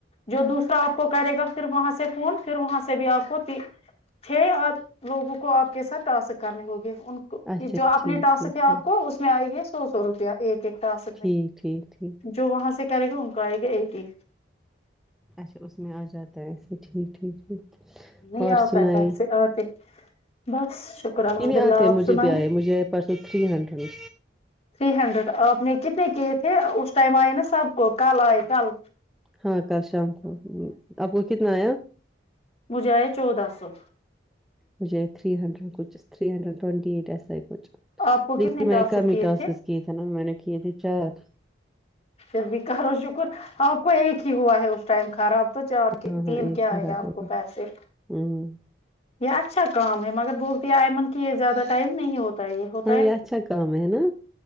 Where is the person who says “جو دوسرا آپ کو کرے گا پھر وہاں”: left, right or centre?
Left